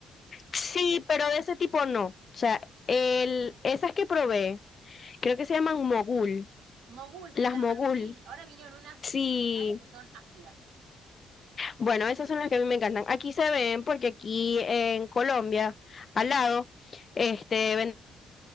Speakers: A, on the left (about 40°); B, on the right (about 80°).
A: Sí, pero de ese tipo no. O sea, el, esas que probé, creo que se llaman mogul,
B: Mogul se
A: las
B: llaman,
A: mogul.
B: sí. Ahora vinieron unas
A: Sí,
B: especiales que son ácidas.
A: bueno, esas son las que a mí me encantan. Aquí se ven porque aquí en Colombia, al lado, este, venden